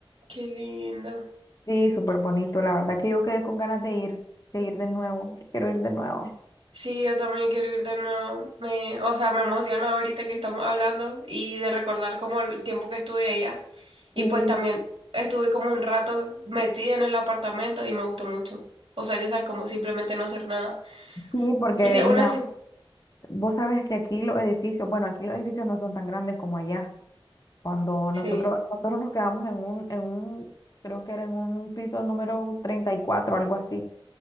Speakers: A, on the right; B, on the left.
A: qué lindo.
B: Sí, súper bonito. La verdad que yo quedé con ganas de ir, de ir de nuevo. Quiero ir de nuevo.
A: Sí, yo también quiero ir de nuevo. Me, o sea, me emociona ahorita que estamos hablando y de recordar como el tiempo que estuve allá. Y
B: Sí,
A: pues también estuve como un rato metida en el apartamento y me gustó mucho. O sea, ya sabes, como simplemente no hacer nada.
B: sí, porque
A: Y sí, una
B: mira,
A: ciudad.
B: vos sabes que aquí los edificios, bueno, aquí los edificios no son tan grandes como allá. Cuando nosotros,
A: Sí,
B: nosotros nos quedamos en un, en un, creo que era en un piso número 34 algo así.